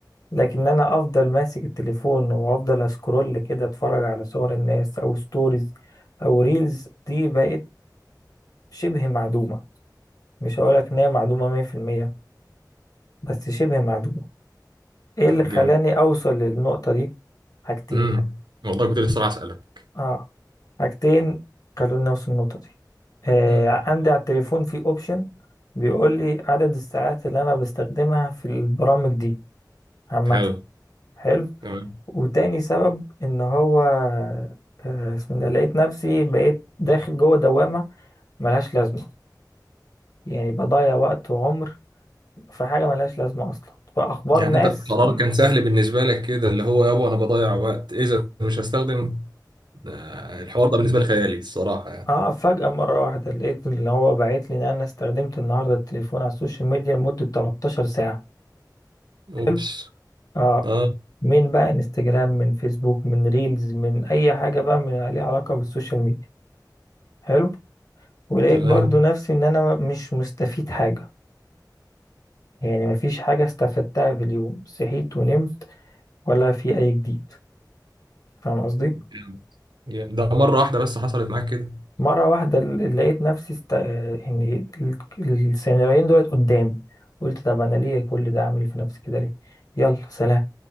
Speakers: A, on the left; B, on the right.
A: لكن انا افضل ماسك التليفون وافضل اسكرول كده اتفرج على صور الناس او ستوريز او ريلز دي بقت شبه معدومة مش هقولك ان هي معدومة مية في المية بس شبه معدومة ايه اللي خلاني
B: جامد
A: اوصل للنقطة دي حاجتين
B: امم والله كنت لسه راح اسالك
A: اه حاجتين خلوني اوصل للنقطة دي آه
B: امم
A: عندي على التليفون في اوبشن بيقول لي عدد الساعات اللي انا بستخدمها في البرامج دي عامة
B: حلو
A: حلو
B: تمام
A: وتاني سبب ان هو آه، اسمه ده لقيت نفسي بقيت داخل جوه دوامة ملهاش لازمة يعني بضيع وقت وعمر في حاجة ملهاش لازمة اصلا فاخبار
B: يعني
A: ناس
B: انت القرار
A: م-
B: كان سهل بالنسبه لك كده اللي هو يابا انا بضيع وقت اذا مش هستخدم آه، الحوار ده بالنسبه لي خيالي الصراحه يعني
A: اه فجأة مرة واحدة لقيت اللي هو بعت لي ان انا استخدمت النهاردة التليفون على السوشيال ميديا لمدة 13 ساعة
B: اوبس
A: حلو اه
B: اه
A: من بقى انستجرام من فيسبوك من ريلز من اي حاجة بقى من ليها علاقة بالسوشيال ميديا حلو ولقيت
B: تمام
A: برضو نفسي ان انا مش مستفيد حاجة يعني مفيش حاجة استفدتها في اليوم صحيت ونمت ولا في أي جديد فاهم قصدي؟
B: جامد. جامد. ده مره واحده بس حصلت معاك كده
A: مرة واحدة ل- لقيت نفسي است... آه، يعني ال- السيناريوهين دولت قدامي قلت طب أنا ليه كل ده أعمل في نفسي كده ليه؟ يلا سلام